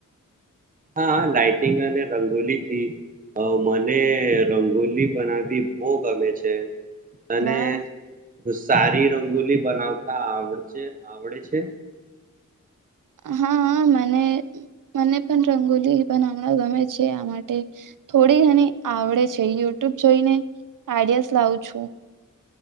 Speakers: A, on the right (about 25°); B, on the right (about 75°).
A: હા લાાઈટિંગ અને રંગોલી થી, અ મને રંગોલી બનાવી બહ ગમે છે. અને
B: વાહ
A: સારી રંગોલી બનાવતા આવડ છે આવડે છે.
B: હા-હા મને-મને પણ રંગોલી બનાવવાનું ગમે છે, આ માટે થોડી ઘણી આવડે છે, યુટ્યુબ જોઈને આઈડિયાસ લાવું છું.